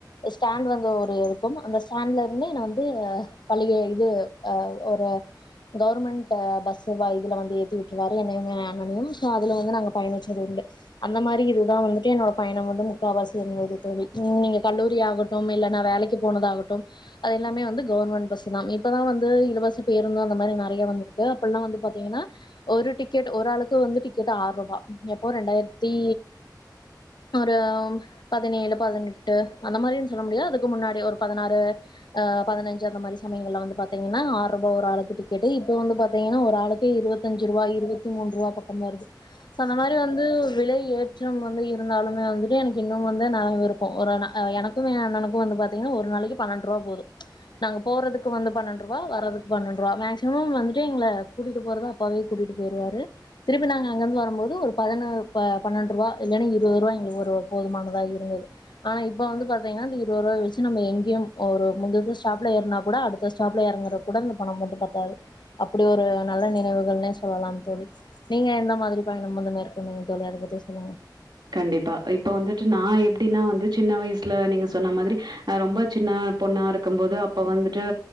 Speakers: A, on the left; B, on the right.
A: ஸ்டண்ட் வந்து இருக்கும் அந்தஸ்டண்ல ந்து என்ன வந்து பழிக இது அஹ் ஒரு கவர்மெண்ட் பஸ்ஸு இதுல வந்து ஏத்தி விட்டுருவாரு என்னையுமே என்னமே அண்ணா னையும்மே சோ அதுல வந்து நாங்க பயணிச்சது உண்டு அந்த மாரி இதுதான் வந்துட்டு என்னோட பயணம் வந்து முக்கால்வாசி இருந்தது தோழி உம் நீங்க கல்லூரி ஆகட்டும் இல்லைன்னா வேலைக்கு போனதாகட்டும் அது எல்லாமோவந்து கவர்மெண்ட் பஸு தான் இப்பதான் வந்து இலவசி பேருந்து அந்த மாதிரி நெறைய வந்திருக்கு அப்படல்லாம் வந்து பாத்தீங்கன்னா ஒரு டிக்கெட் ஒரு ஆளுக்கு வந்து டிக்கெட் ஆறு ரூபாய் எப்போ ரெண்டாயிரத்தி ஒரு பதினேழு பதினெட்டு அந்த மாரு சொல்ல முடியாது அதுக்கு முன்னாடி ஒரு பதினாறு பதினஞ்ச அந்த மாதிரி சமயலங்கல்லா வந்துபத்துகன்னா பாத்தீங்கன்னா ஆறு வந்துஒரு ஆளத்துடிக்கடி இப்ப வந்து பாத்தீங்கன்னா ஒரு ஆளுக்கு இருபத்தஞ்சு ரூபா இருபத்தி மூன்ரூபா பக்கம் வருது அந்த மாதிரி வந்து விலை ஏற்றம் வந்து இருந்தாலுமே வந்துட்டு எனக்கு இன்ன அந்த ஞாபக ப்போம் ஒரு நல்ல எனக் மைய அண்ணனு வந்து பாத்தீங்கன்னா ஒரு நாளைக்கு பன்னெண்டு ரூவா போகுது நாங்க போறதுக்கு வந்து பன்னெண்டு ரூபா வர்றதுக்கு பன்னெண்டு ரூபா மேக்சிமம் வந்துட்டு எங்களை கூட்டிகிட்டு போறத அப்பாவே கூட்டிட்டு போயிடுவா திருப்பி நாங்க அங்கிருந்து வரும்போது ஒரு பதின பன்னெண்டு ரூபா இல்லன்னா இருபது ரூபாய் எங்களுக்கு ஒரு போதுமானதா இருந்தது ஆனா இப்ப வந்து பாத்தீங்கன்னா அந்த இருபது ரூபாய வச்சு நம்ம எங்கேயும் ஒரு முந் அ ஸ்டாப்ல ஏறனா கூட அடுத்த ஸ்டாப்ல இறங்குற கூட இந்த பணம் வந்து பத்தாது அப்படி ஒரு நல்ல நினைவுகள்னே சொல்லலாம் தோழி நீங்க எந்த மாதிரி பயணம் வந்து மேற்கண நீங்க தோழி அதை பத்தி சொல்லுங்க
B: கண்டிப்பா இப்ப வந்துட்டு நான் எப்படின்னா வந்து சின்ன வயசுல நீங்க சொன்ன மாதிரிஹ் ரொம்ப சின்ன பொண்ணா இருக்கும் போது அப்ப வந்துட்டு